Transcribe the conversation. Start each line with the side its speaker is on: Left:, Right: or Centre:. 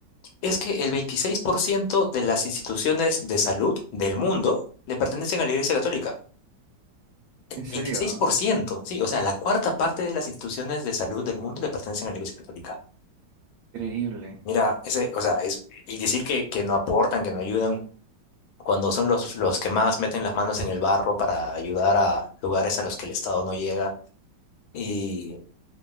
Left: es que el 26% de las instituciones de salud del mundo le pertenecen a la iglesia católica.
Right: En
Left: 26%,
Right: serio.
Left: sí, o sea, la cuarta parte de las instituciones de salud del mundo le pertenecen a la Iglesia Católica.
Right: Increíble.
Left: Mira, ese, o sea, es, y decir que, que no aportan, que no ayudan, cuando son los, los que más meten las manos en el barro para ayudar a lugares a los que el Estado no llega. Y,